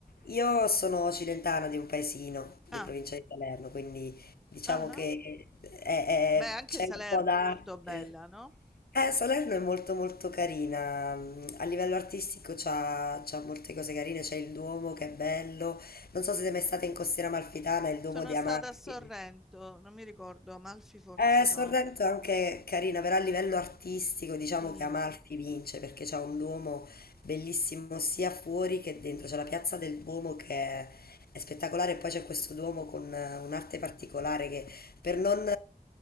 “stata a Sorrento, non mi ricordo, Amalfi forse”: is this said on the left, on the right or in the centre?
Centre